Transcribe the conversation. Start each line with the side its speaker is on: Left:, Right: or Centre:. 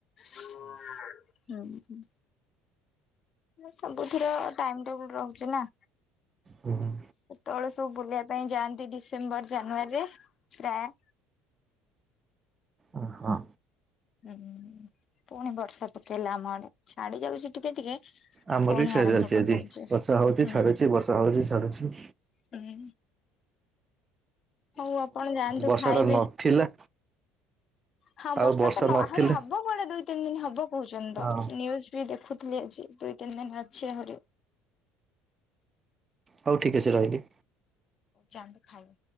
Left: ହୁଁ ହୁଁ। ସବୁଥିର ଟାଇମ୍ ଟେବୁଲ ରହୁଚି ନା।
Right: ହୁଁ।
Left: ସେତେବେଳେ ସବୁ ବୁଲିବା ପାଇଁ ଯାଆନ୍ତି ଡିସେମ୍ବର ଜାନୁଆରୀରେ ପ୍ରାୟ
Right: ଓ ହଁ।
Left: ହୁଁ ପୁଣି ବର୍ଷା ପକେଇଲା ଆମ ଆଡେ ଛାଡି ଯାଉଚି ଟିକେ ଟିକେ।
Right: ଆମର
Left: ପୁଣି
Right: ବି ସେୟା
Left: ଆରମ୍ଭ
Right: ଚାଲିଛି
Left: କରିଦଉଛି
Right: ଆଜି ବର୍ଷା ହଉଚି
Left: ହୁଁ।
Right: ଛାଡୁଚି ବର୍ଷା ହଉଚି ଛାଡୁଚି।
Left: ହୁଁ। ହଉ ଆପଣ ଯାଆନ୍ତୁ
Right: ବର୍ଷା
Left: ଖାଇବେ।
Right: ଟା ନଥିଲା।
Left: ହଁ
Right: ଆଉ
Left: ବର୍ଷା ତ ନ
Right: ନଥିଲେ
Left: ଆହୁରି ହବ କୁଆଡେ ଦୁଇ ତିନି ଦିନ ହବ କହୁଚନ୍ତି
Right: ହଁ
Left: ତ ନିୟୁଜ ବି ଦେଖୁ ଥିଲି ଆଜି ଦୁଇ ତିନି ଦିନ ଅଛି ଆହୁରି।
Right: ହଉ ଠିକ୍ ଅଛି ରହିଲି।
Left: ଯାନ୍ତୁ ଖାଇବେ।